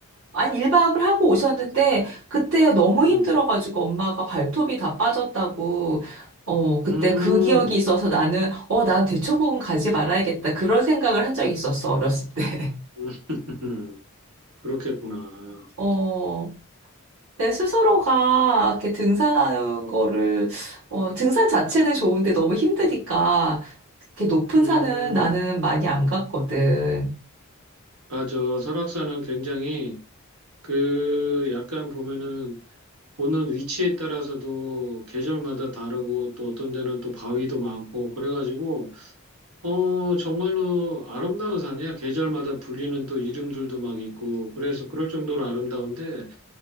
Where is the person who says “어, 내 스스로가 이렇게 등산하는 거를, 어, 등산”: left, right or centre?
Right